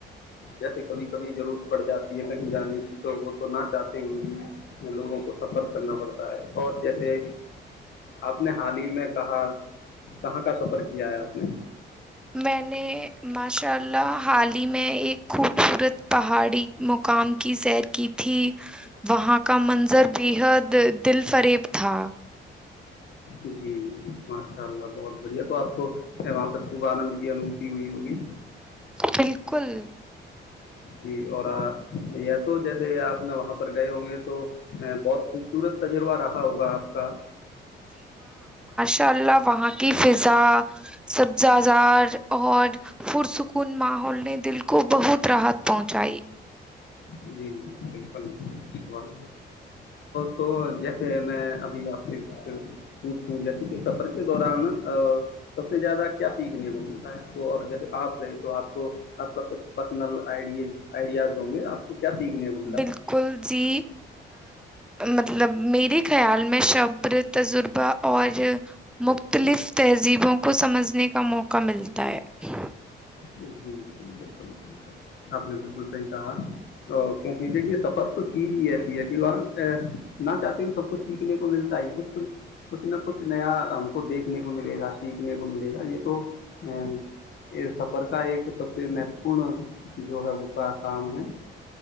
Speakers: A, on the left (about 60°); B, in the centre.
A: جیسے کبھی کبھی ضرورت پڑ جاتی ہے کہیں جانے کی تو تو نہ چاہتے ہوئے بھی لوگوں کو سفر کرنا پڑتا ہے اور جیسے آپ نے حال ہی میں کہا کہاں کا سفر کیا ہے آپ نے
B: میں نے ماشاء اللہ حال ہی میں ایک خوبصورت پہاڑی مقام کی سیر کی تھی وہاں کا منظر بےحد دل فریب تھا
A: جی جی جی ماشاء اللہ بہت بڑھیا تو آپ کو وہاں پہ خوب آنند کی انو تھی ہوئی ہوگی
B: بالکل
A: جی اور تو جیسے آپ ن وہاں پر گئے ہوں گے تو بہت خوبصورت تجربہ رہا ہوگا آپ کا
B: انشاء اللہ وہاں کی فضا سبزہ زار اور پررسکون ماحول نے دل کو بہت راحت پہنچائی
A: جی جی بالکل تو جیسے میں ابھی آپ سے کچھ پوچھوں جیسے کہ سفر کے دوران سب سے زیادہ کیا سیکھنے کو ملتا ہے آپ کو اور جیسے آپ گئے تو آپ کو آپ کا کچھ پرسنل آئیڈیز آئیڈیاز ہوں گے آپ کو کیا سیکھنے کو ملا
B: بالکل جی مطلب میرے خیال میں سب تجربہ اور مختلف تہذیبوں کو سمجھنے کا موقع ملتا ہے <unintelligible>
A: جی جی بالکل آپ نے بالکل صحیح کہا تو کیونکہ دیکھیے سفر کچھ چیز ہی ایسی ہے کہ وہاں نہ چاہتے ہو سب کچ سیکھنے کو ملتا ہے کچھ کچھ کچھ نہ کچھ نیا ہم کو دیکھ سنے کو ملے گا سیکھنے کو ملے گا یہ تو ا یہ سب کا ایک سب سے مہتوپورن جو ہے وہ کا کام ہے